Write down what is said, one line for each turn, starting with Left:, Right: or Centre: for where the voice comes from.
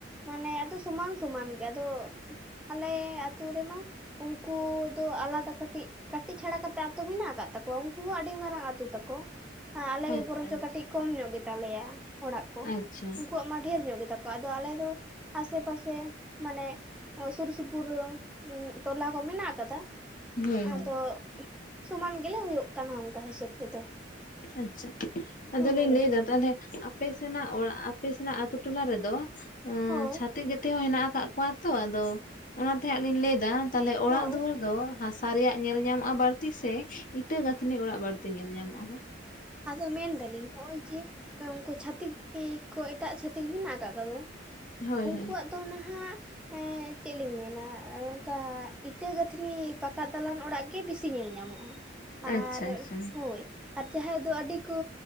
Centre: ᱢᱟᱱᱮ ᱟᱫᱚ ᱥᱚᱢᱟᱱ ᱥᱚᱢᱟᱱ ᱜᱮ ᱟᱫᱚᱼᱼ ᱟᱞᱮ ᱟᱛᱳ ᱨᱮᱢᱟ ᱩᱱᱠᱩ ᱫᱚ ᱟᱞᱟᱫᱟ ᱠᱟᱹᱴᱤᱡ ᱠᱟᱹᱴᱤᱡ ᱪᱷᱟᱲᱟ ᱠᱟᱛᱮᱜ ᱟᱛᱳ ᱢᱮᱱᱟᱜᱼᱼ ᱠᱟᱜ ᱛᱟᱠᱚᱣᱟ ᱩᱱᱠᱩ ᱦᱚᱸ ᱟᱹᱰᱤ ᱢᱟᱨᱟᱝ ᱟᱹᱛᱩ ᱛᱟᱠᱚ ᱟᱞᱮᱜᱮ
Left: ᱟᱪᱪᱷᱟ
Centre: ᱵᱚᱨᱚᱝ ᱪᱚ
Left: ᱟᱪᱪᱷᱟ
Centre: ᱠᱟᱹᱴᱤᱡ ᱠᱚᱢ ᱧᱚᱜ ᱜᱮᱛᱟᱞᱮᱭᱟ᱾ ᱚᱲᱟᱜ ᱠᱚ
Left: ᱟᱪᱪᱷᱟ
Centre: ᱩᱱᱠᱩᱣᱟᱜ ᱢᱟ ᱰᱷᱮᱨ ᱧᱚᱜ ᱜᱮᱛᱟ ᱠᱚᱣᱟ ᱟᱫᱚ ᱟᱞᱮ ᱫᱚ ᱟᱥᱮ ᱯᱟᱥᱮ ᱢᱟᱱᱮᱼᱼ ᱥᱩᱨ ᱥᱩᱯᱩᱨ ᱴᱚᱞᱟ ᱠᱚ ᱢᱮᱱᱟᱜ ᱟᱠᱟᱫᱟ᱾
Left: ᱦᱳᱭ
Centre: ᱟᱫᱚ
Left: ᱦᱳᱭ
Centre: ᱥᱚᱢᱟᱱ ᱜᱮᱞᱮ ᱦᱩᱭᱩᱜ ᱠᱟᱱᱟ ᱚᱱᱠᱟ ᱦᱤᱥᱟᱹᱵ ᱛᱮᱫᱚ᱾
Left: ᱟᱪᱪᱷᱟ ᱟᱫᱚᱞᱤᱧ
Centre: ᱦᱳᱭ
Left: ᱞᱟᱹᱭᱫᱟ ᱛᱟᱦᱚᱞᱮᱼᱼ ᱟᱯ ᱥᱮᱱᱟᱜ ᱚᱲᱟᱜ ᱟᱯᱮ ᱥᱮᱱᱟᱜ ᱟᱛ ᱴᱚᱞᱟ ᱨᱮᱫᱚ
Centre: ᱦᱳᱭ
Left: ᱪᱷᱟᱼᱼ ᱛᱤᱠ ᱡᱟᱹᱛᱤ ᱦᱚᱸ ᱦᱮᱱᱟᱜ ᱠᱟᱜ ᱠᱚᱣᱟ ᱛᱚ ᱟᱫᱚ ᱚᱱᱟᱛᱮ ᱦᱟᱸᱜ ᱞᱤᱧ ᱞᱟᱹᱭᱫᱟ ᱛᱟᱦᱚᱞᱮ ᱚᱲᱟᱜ
Centre: ᱦᱳᱭ
Left: ᱫᱩᱣᱟᱹᱨ ᱫᱚ ᱦᱟᱸᱥᱟᱼᱼ ᱥᱟᱨᱮ ᱨᱮᱭᱟᱜ ᱧᱮᱞ ᱧᱟᱢᱚᱜᱼᱟ ᱵᱟᱹᱲᱛᱤ ᱥᱮ ᱤᱴᱟᱹ ᱜᱟᱛᱷᱱᱤ ᱚᱲᱟᱜ ᱵᱟᱹᱲᱛᱤ ᱧᱮᱞ ᱧᱟᱢᱚᱜᱼᱟ?
Centre: ᱟᱫᱚ ᱢᱮᱱ ᱫᱟᱞᱤᱧ ᱦᱚᱸᱜ ᱚᱭ ᱡᱮᱼᱼ ᱩᱱᱠᱩ ᱪᱷᱟᱹᱛᱤᱠ ᱠᱚ ᱮᱴᱟᱜ ᱪᱷᱟᱛᱤᱠ ᱢᱮᱱᱟᱜ ᱠᱟᱜ ᱠᱚᱫᱚ᱾
Left: ᱦᱟᱸᱜ ᱦᱳᱭ
Centre: ᱩᱱᱠᱩᱣᱟᱜ
Left: ᱦᱳᱭ
Centre: ᱫᱚ ᱱᱟᱦᱟᱜᱼᱼ ᱮᱸ ᱪᱮᱫ ᱞᱤᱧ ᱢᱮᱱᱟ ᱚᱝᱠᱟ ᱤᱴᱟᱹ ᱜᱟᱛᱷᱱᱤ ᱯᱟᱠᱟ ᱫᱟᱞᱟᱱ ᱚᱲᱟᱜ ᱜᱮ ᱵᱤᱥᱤ ᱧᱮᱞ ᱧᱟᱢᱚᱜᱼᱟ᱾
Left: ᱟᱪᱪᱷᱟ
Centre: ᱟᱨ
Left: ᱟᱪᱪᱷᱟ
Centre: ᱦᱳᱭ ᱟᱨ ᱡᱟᱦᱟᱸᱭ ᱫᱚ ᱟᱹᱰᱤ ᱠᱚ